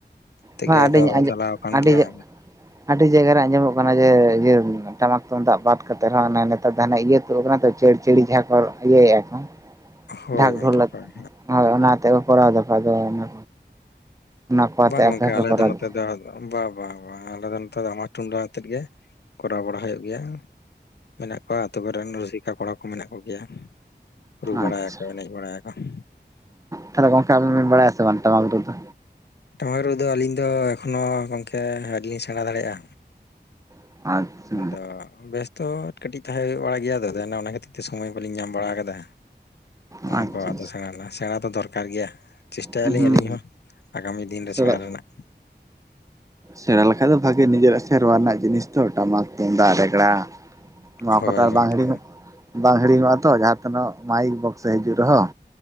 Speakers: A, on the left; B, on the right.
A: ᱴᱷᱤᱠ
B: ᱵᱟᱝ
A: ᱜᱤᱭᱟ
B: ᱟᱹᱰᱤᱧ
A: ᱟᱫᱚ
B: ᱟᱸᱡᱚᱢ
A: ᱪᱟᱞᱟᱣ ᱟᱠᱟᱱ
B: ᱟᱹᱰᱤ
A: ᱜᱮᱭᱟ
B: ᱟᱹᱰᱤ ᱡᱟᱭᱜᱟ ᱨᱮ ᱟᱸᱡᱚᱢᱚᱜ ᱠᱟᱱᱟ ᱡᱮ ᱤᱭᱟᱹ ᱴᱟᱢᱟᱠ ᱛᱩᱫᱟᱜ ᱵᱟᱫᱽ ᱠᱟᱛᱮᱜ ᱨᱮᱦᱚᱸ ᱟᱫᱷᱟᱱᱟᱜ ᱤᱭᱟᱹ ᱯᱨᱚᱜᱨᱟᱢ ᱨᱮ ᱪᱟᱹᱲ ᱪᱟᱹᱲᱤ ᱢᱟᱦᱟᱸ ᱠᱚ ᱤᱭᱟᱹᱭᱟ ᱱᱟᱦᱟᱜ
A: ᱦᱳᱭ
B: ᱰᱷᱟᱠ
A: ᱜᱚᱝᱠᱮ
B: ᱰᱷᱚᱞ ᱞᱟᱜ
A: ᱦᱳᱭ
B: ᱦᱳᱭ ᱚᱱᱟᱛᱮ ᱠᱚ ᱠᱚᱨᱟᱣ ᱮᱟᱠᱚ ᱟᱫᱚ ᱚᱱᱟ ᱠᱚ ᱟᱛᱮ
A: ᱵᱟᱝ
B: ᱟᱯᱮ
A: ᱜᱚᱝᱠᱮ
B: ᱦᱚᱸᱯᱮ
A: ᱟᱞᱮ
B: ᱠᱚᱨᱟᱣ
A: ᱫᱚ ᱱᱚᱛᱮ
B: ᱫᱟ
A: ᱫᱚ ᱵᱟ ᱵᱟ ᱵᱟᱝ ᱟᱞᱮ ᱫᱚ ᱱᱮᱛᱟᱨ ᱫᱚ ᱴᱟᱢᱟᱠ ᱛᱩᱢᱫᱟ ᱟᱛᱮᱜ ᱜᱮ ᱠᱚᱨᱟᱣ ᱵᱟᱲᱟ ᱦᱩᱭᱩᱜ ᱜᱮᱭᱟ ᱢᱮᱱᱟᱜ ᱠᱚᱣᱟ ᱟᱹᱛᱩ. ᱠᱚᱨᱮᱱ ᱨᱩᱥᱤᱠᱟ ᱠᱚᱲᱟ ᱠᱚ ᱢᱮᱱᱟᱜ ᱠᱚᱜᱮᱭᱟ ᱨᱩ ᱵᱟᱲᱟᱭᱟᱠᱚ
B: ᱟᱪᱪᱷᱟ
A: ᱮᱱᱮᱡ ᱵᱟᱲᱟᱭᱟᱠᱚ
B: ᱛᱟᱦᱞᱮ ᱜᱚᱝᱠᱮ ᱟᱵᱮᱱ ᱵᱮᱱ ᱵᱟᱲᱟᱭᱟ ᱥᱮ ᱵᱟᱝ ᱴᱟᱢᱟᱠ ᱨᱩ ᱫᱚ?
A: ᱴᱟᱢᱟᱠ ᱨᱩᱫᱚ ᱟᱹᱞᱤᱧ ᱫᱚ ᱮᱠᱷᱚᱱᱳ ᱜᱚᱢᱠᱮ ᱟᱹᱣᱨᱤ ᱞᱤᱧ ᱥᱮᱬᱟ ᱫᱟᱲᱮᱭᱟᱜᱼᱟ
B: ᱟᱪᱪᱷᱟ ᱟᱪᱪᱷᱟ
A: ᱟᱫᱚ ᱵᱮᱥᱛᱚ ᱠᱟᱹᱴᱤᱡ ᱛᱟᱦᱮᱸ ᱦᱩᱭᱩᱜ-ᱟ ᱤᱭᱟᱹ ᱫᱚ ᱫᱮ ᱚᱱᱟ ᱠᱷᱟᱹᱛᱤᱨ ᱪᱮᱫ ᱥᱚᱢᱚᱭ ᱵᱟᱟᱹᱞᱤᱧ ᱧᱟᱢ ᱵᱟᱲᱟ ᱟᱠᱟᱫᱟ,
B: ᱟᱪᱪᱷᱟ
A: ᱚᱱᱟ ᱠᱚ ᱟᱫᱚ ᱥᱮ ᱥᱮᱬᱟ ᱫᱚ ᱫᱚᱨᱠᱟᱨ ᱫᱚᱨᱠᱟᱨ ᱜᱮᱭᱟ ᱪᱮᱥᱴᱟᱭᱟᱞᱤᱧ
B: ᱦᱩᱸ
A: ᱟᱹᱞᱤᱧ ᱦᱚᱸ, ᱟᱜᱟᱢᱤ ᱫᱤᱱ
B: ᱥᱮᱲᱟ
A: ᱨᱮ ᱥᱮᱬᱟ ᱨᱮᱱᱟᱜ
B: ᱥᱮᱬᱟ ᱞᱮᱠᱷᱟᱡ ᱫᱚ ᱵᱷᱟᱜᱮ, ᱱᱤᱡᱮᱨᱟᱜ ᱥᱮᱨᱣᱟ ᱨᱮᱱᱟᱜ ᱡᱤᱱᱤᱥ ᱫᱚ ᱴᱟᱢᱟᱠ ᱛᱩᱢᱫᱟᱜ ᱨᱮᱜᱲᱟ ᱱᱚᱣᱟ
A: ᱦᱳᱭ
B: ᱠᱚᱫᱚ
A: ᱜᱚᱝᱠᱮ
B: ᱵᱟᱝ ᱦᱤᱲᱤᱧᱚᱜ ᱵᱟᱝ ᱦᱤᱲᱤᱧᱚᱜᱼᱟ ᱛᱚ ᱡᱟᱦᱟᱸ ᱛᱤᱱᱟᱹᱜ ᱢᱟᱭᱤᱠ ᱵᱚᱠᱥ ᱮ ᱦᱤᱡᱩᱜ ᱨᱮᱦᱚᱸ